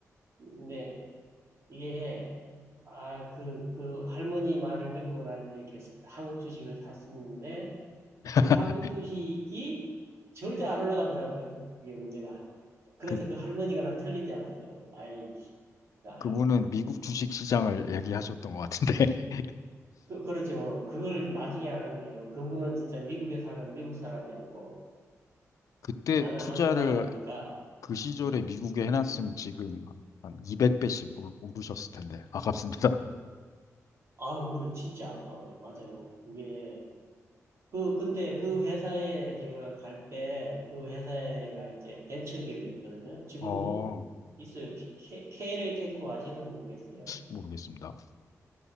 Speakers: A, on the right; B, on the left.
A: 근데 이게, 아, 그, 그 할머니 말을 믿고 나는 이렇게 한국 주식을 샀었는데,
B: <laughs>
A: 그 한국 주식이 절대 안 올라가더라고요. 그게 문제가. 그래서
B: 그,
A: 그 할머니가 난 틀린 줄 알았어요. 아이, 야, 할머님.
B: 그분은 미국 주식 시장을 얘기하셨던 것 같은데, <laughs>
A: 그, 그렇죠. 그걸 나중에 알았 거예요. 그분은 진짜 미국에 사는 미국 사람이었고,
B: 그때
A: 나는
B: 투자를
A: 한국 사람이니까,
B: 그 시절에 미국에 해놨으면 지금 한 200배씩 오르셨을 텐데 아깝습니다.
A: 아우, 그래, 진짜 아까워요. 맞아요. 그게, 그, 근데 그 회사에 제가 갈 때, 그 회사가 이제 벤처기업이었거든요.
B: <laughs>
A: 지금도
B: 어,
A: 있어요. K, K- KLA 테크 아시나 모르겠어요.
B: 모르겠습니다.